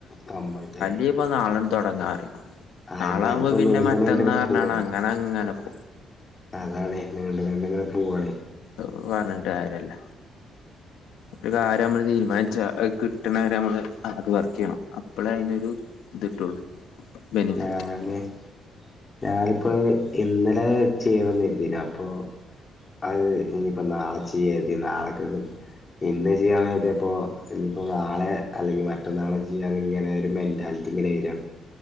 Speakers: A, on the left; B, on the left.
A: കമ്പണ്ട്
B: ഇനിപ്പ നാളെ തുടങ്ങാ പറയും
A: അതിനെ
B: നാളാകുമ്പോ
A: ഇതിപ്പോ
B: പിന്നെ
A: നീണ്ടു
B: മറ്റന്നാൾ
A: നീണ്ടിങ്ങനെ
B: പറഞ്ഞാണ്
A: പോവാണ്
B: അങ്ങനെ അങ്ങനെപ്പോ.
A: അതാണ് നീണ്ട് നീണ്ട് ഇങ്ങനെ പോവവാണേ
B: അത് പറഞ്ഞിട്ട് കാര്യല്ല. ഒരു കാര്യം നമ്മള് തീരുമാനിച്ചാ അത് കിട്ടണ വരെ നമ്മള് ഹാർഡ് വർക്ക് ചെയ്യണം. അപ്പോളേ അതിനൊരു ഇത് കിട്ടുള്ളൂ. ബെനിഫിറ്റ്
A: ഞാന് ഞാനിപ്പോ ഇന്നലെ ചെയ്യന്നെന്തിനാ അപ്പൊ അത് ഇനിയിപ്പം നാളെച്ച്യയതി നാളെക്കെക്കും ഇന്ന് ചെയ്യാണ കഴതിയപ്പോൾ ഇനിയിപ്പോൾ നാളെ അല്ലെങ്കിൽ മറ്റന്നാളെ ചെയ്യാ ഇങ്ങനെരു എൻ് ഇങ്ങനെ വരാം